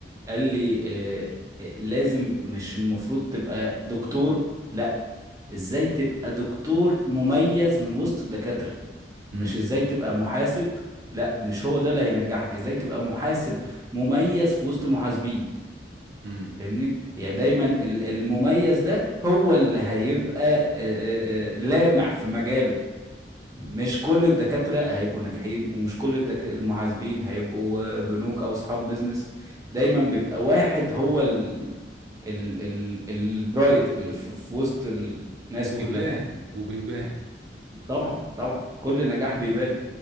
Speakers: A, on the right; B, on the right.
A: قال لي آه آه، لازم مش المفروض تبقى دكتور لا ازاي تبقى دكتور مميز من وسط الدكاترة مش
B: امم
A: ازاي تبقى محاسب لا مش هو ده اللي هينجحك ازاي تبقى محاسب مميز في وسط محاسبين
B: امم
A: فاهمني يعني دايما ال- المميز ده هو اللي هيبقى آه، آه، آه، لامع في مجاله مش كل الدكاترة هيبقوا ناجحين ومش كل الدك... المحاسبين هيبقوا آه، بنوك أو أصحاب بيزنس دايما بيبقى واحد هو ال... ال... ال... البرايت اللي في... في وسط الناس
B: وبيبان
A: كلها
B: وبيبان
A: طبعا طبعا كل نجاح بيبان